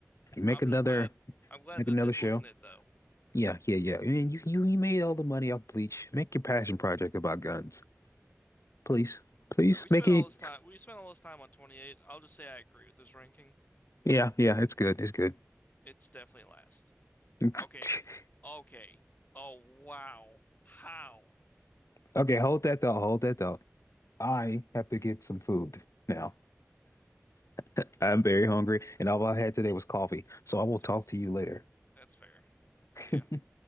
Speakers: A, on the left; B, on the left.
A: Make
B: I'm
A: another
B: just glad I'm glad
A: make
B: that
A: another
B: this
A: show.
B: wasn't it though.
A: Yeah, yeah, yeah. I mean, you you you made all the money off Bleach. Make your passion project about guns, please, please
B: All right, we spent
A: make it.
B: all this time we spent all this time on 28. I'll just say I agree with this ranking.
A: Yeah, yeah, it's good. It's good.
B: It's definitely last.
A: <laughs>
B: Okay. Okay. Oh, wow. How?
A: Okay, hold that thought. Hold that thought. I have to get some food now. <laughs> I'm very hungry, and all I had today was coffee. So I will
B: It's
A: talk
B: like, yeah,
A: to you later.
B: That's fair. See
A: <laughs>
B: ya.